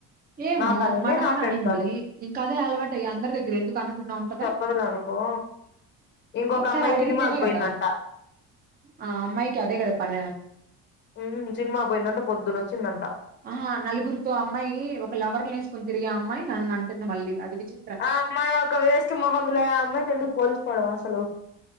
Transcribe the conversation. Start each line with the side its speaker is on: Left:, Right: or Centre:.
Right: ఏమో
Left: నాతో అనింది
Right: మనం
Left: నా
Right: అని
Left: ఫ్రెండ్
Right: అనింది
Left: తో
Right: ఇంకా అదే అలవాటయ్యి అందరి దగ్గర ఎందుకు అనకుండాఉంటది
Left: పగలనుకో ఇంకొక
Right: ఒకసారి
Left: అమ్మాయి
Right: అడిగితేనే
Left: సినిమాక్ పోయిందంట
Right: కదా ఆ అమ్మాయికి అదే కద పను
Left: ఊ సినిమా పోయిందంట పొద్దున్నోచ్చిందంట
Right: ఆహా నలుగురితో అమ్మాయి ఒక లవర్ల వేసుకొని తిరిగే అమ్మాయి నన్నటుంది మళ్ళీ అది విచి
Left: ఆ అమ్మాయొక వేస్ట్ మొహందులే ఆ అమ్మాయితో ఎందుకు పోల్చుకోవడం అసలు